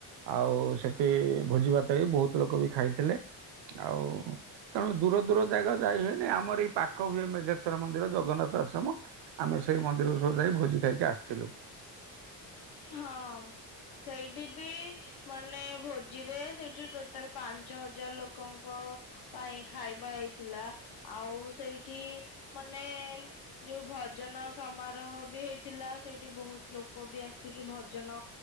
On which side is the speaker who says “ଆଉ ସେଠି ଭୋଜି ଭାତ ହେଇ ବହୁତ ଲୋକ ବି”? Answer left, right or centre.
Right